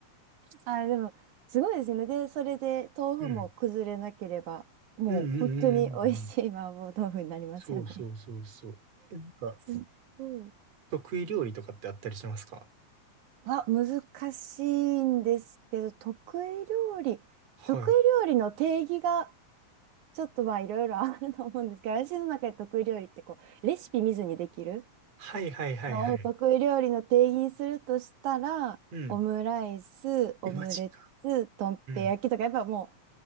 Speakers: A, on the right (about 90°); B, on the right (about 60°).
A: あ、でも、すごいですね。で、それで豆腐も崩れなければ、
B: う。うん。
A: もう本当に美味しい麻婆豆腐になりますよね。
B: うんうんうんうんうん。そうそうそうそう。えなんか、
A: すごい。
B: 得意料理とかってあったりしますか
A: は、難しいんですけど、得意料理、
B: はい。
A: 得意料理の定義がちょっとまあいろいろあると思うんですけど、私の中で得意料理ってこう、レシピ見ずにできる
B: はいはいはいはい。
A: のを得意料理の定義にするとしたら、
B: うん。
A: オムライス、オムレツ、
B: え、マジか。
A: とんぺ焼きとか、
B: うん。
A: やっぱもう